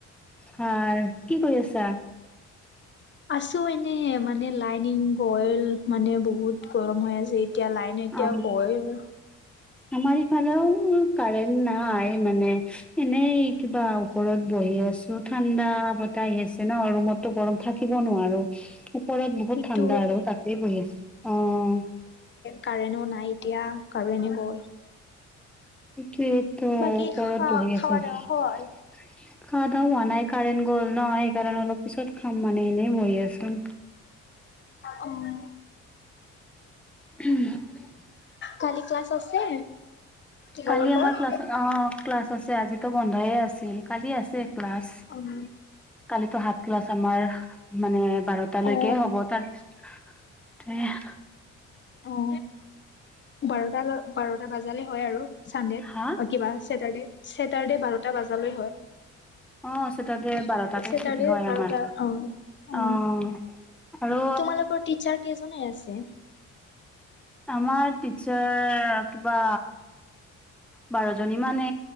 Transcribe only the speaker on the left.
আছো এনে মানে লাইনিং গ'ল মানে বহুত গৰম হয় আজি। <unintelligible> এতিয়া লাইন এতিয়া
গল <unintelligible>
সেইটোৱে
কাৰেনো নাই এতিয়া কাৰেনেই গ'ল
বাকী খা
খাৱা
দাৱা
হ'ল
উম
কালি ক্লাছ আছে তোমালোকৰ?
উম
অ
অ বাৰটা বাৰটা বজালে হয় আৰু চানডেত
কিবা ছেটাৰডে - ছেটাৰডে বাৰটা বাজা লৈ হয়।
চেটাৰডে
বাৰটা
অ অ
তোমালোকৰ টিচাৰ কেইজনে আছে